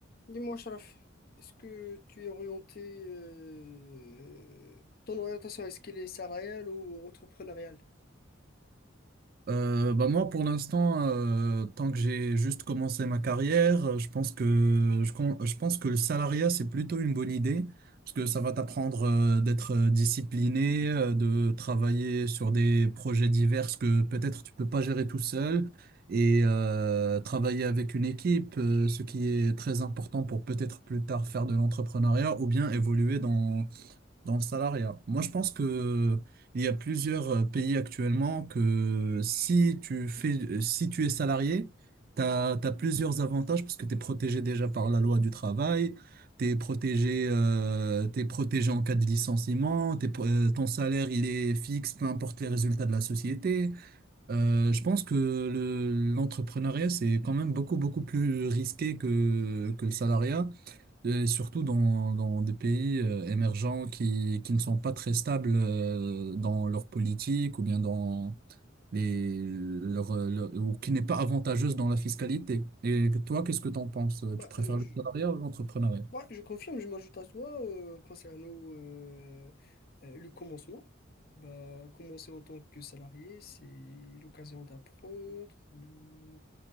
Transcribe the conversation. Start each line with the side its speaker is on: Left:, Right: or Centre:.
Left: Dis-moi, Sharaf, est-ce que tu es orienté, euh, ton orientation, est-ce qu'elle est salariale ou entrepreneuriale?
Right: Euh, bah moi, pour l'instant, euh, tant que j'ai juste commencé ma carrière, euh, je pense que je, con- je pense que le salariat, c'est plutôt une bonne idée, parce que ça va t'apprendre euh, d'être euh, discipliné, euh, de travailler sur des projets divers que peut-être tu peux pas gérer tout seul, et euh, travailler avec une équipe, euh, ce qui est très important pour peut-être plus tard faire de l'entrepreneuriat ou bien évoluer dans dans le salariat. Moi, je pense que il y a plusieurs euh, pays actuellement que si tu fais, euh, si tu es salarié, t'as, t'as plusieurs avantages parce que t'es protégé déjà par la loi du travail, t'es protégé, euh, t'es protégé en cas de licenciement, t'es, pro- euh, ton salaire il est fixe, peu importe les résultats de la société. Euh, je pense que le, l'entrepreneuriat c'est quand même beaucoup beaucoup plus risqué que que le salariat. Et surtout dans, dans des pays euh, émergents qui, qui ne sont pas très stables euh, dans leur politique ou bien dans les, leur, euh, leur- ou qui n'est pas avantageuse dans la fiscalité. Et toi, qu'est-ce que tu en penses?
Left: Bah,
Right: Tu préfères
Left: euh, je,
Right: le salariat ou l'entrepreneuriat?
Left: Ouais, je confirme, je m'ajoute à toi euh, concernant euh, euh, le commencement. Bah, commencer en tant que salarié, c'est l'occasion d'apprendre, de,